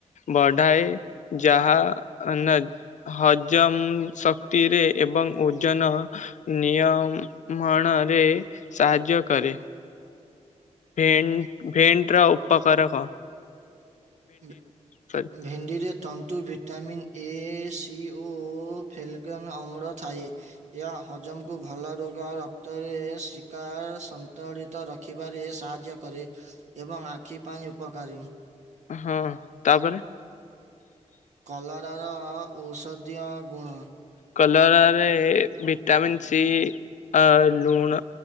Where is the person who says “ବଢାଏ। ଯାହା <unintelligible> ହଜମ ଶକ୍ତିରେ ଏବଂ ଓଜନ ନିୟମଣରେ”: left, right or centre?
Left